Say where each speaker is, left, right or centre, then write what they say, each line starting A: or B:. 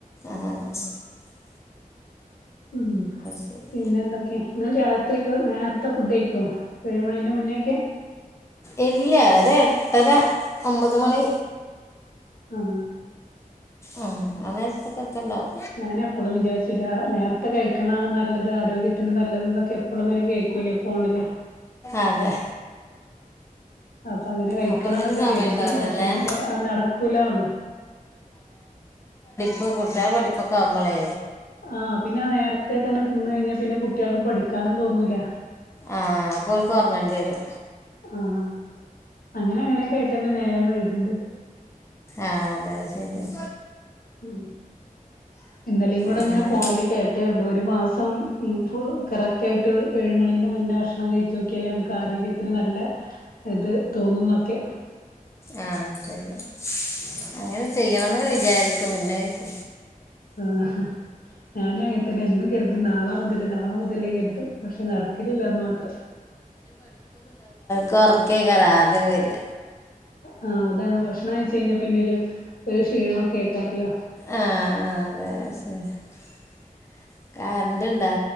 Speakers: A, on the left; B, on the left.
A: ആഹ്
B: ഉം
A: ശരി
B: പിന്നെ എന്തൊക്കെ ഇങ്ങൾ രാത്രിക്ക് നേർത്തെ ഫുഡയ്ക്കോ ഏഴ് മണിന്റെ മുന്നെക്കെ?
A: ഇല്ല്യ ഒരു എട്ടര ഒമ്പത് മണി
B: ആഹ്
A: ഉം ആ നേരത്ത് ക്കൊക്കെ ഇണ്ടാവും
B: ഞാൻ എപ്പളും വിചാര്ച്ചും രാ നേർത്തെ കഴിക്കണാണ് നല്ലത് ആരോഗ്യത്തിന് നല്ലത് ന്നൊക്കെ എ പ്പളുങ്ങനെ കേക്കൂലേ ഫോണില്
A: അതെ
B: അപ്പ അങ്ങനെ കഴിക്കണംന്നൊക്കെ
A: അപ്പോൾ ഒന്നിനും സമയം
B: കരുതും
A: ഉണ്ടാവില്ല
B: പക്ഷേല്
A: അല്ലേ
B: ബെ അത് നടക്കൂല ഉള്ളു
A: ഇപ്പൊ കുട്ട്യോളെ പഠിപ്പൊക്കെ ആവുമ്പളേ
B: ആഹ് പിന്നെ ആ നേരത്തെ തന്നെ തിന്ന് കഴിഞ്ഞാ പിന്നെ കുട്ടിയേൾക്ക് പഠി ക്കാനും തോന്നൂല
A: ആഹ് അപ്പം ഓൽക്ക് ഒറങ്ങണ്ട്യരും
B: ആഹ് അങ്ങനെ അങ്ങനെയൊക്കെ ആയിട്ട് തന്നെ നേരം വെളു വേണ്ടത്
A: ആഹ് അതെ അത് ശരിയാ
B: ഉം ഇന്നലേം കൂടെ
A: അങ്ങനെ
B: ഇങ്ങനെ ഫോണിൽ കേട്ടേ ഉള്ളൂ ഒരു മാസം ഉ പ്പോ കറക്റ്റയിട്ട് ഏഴുമണിന്റെ മുന്നേ ഭക്ഷണം കഴിച്ചോക്കിയാലേ നമു ആരോഗ്യത്തിന് നല്ല ഇത് തോന്നുന്നൊക്കെ
A: ആ ശെരി, അങ്ങനെ ചെയ്യണം എന്നൊക്കെ വിചാരിക്കും പിന്നെ കു
B: ആഹ് ഞാനും അങ്ങനെ തന്നെ എന്നും കരുതും നാളെ മുതല് നാളെ മുതലേ പക്ഷെ നടക്കലില്ലാന്ന് മാത്രം
A: കൊറക്കേക്കാരം ആദ്യം വരാ
B: ആ അതാണ് ഭക്ഷണം കഴച്ച് കഴിഞ്ഞാ പിന്നെ ഒരു ഒരു ക്ഷീണൊക്കെ ഐക്കാരല്ല
A: ആ <unintelligible> കറണ്ട് ഇണ്ടാ?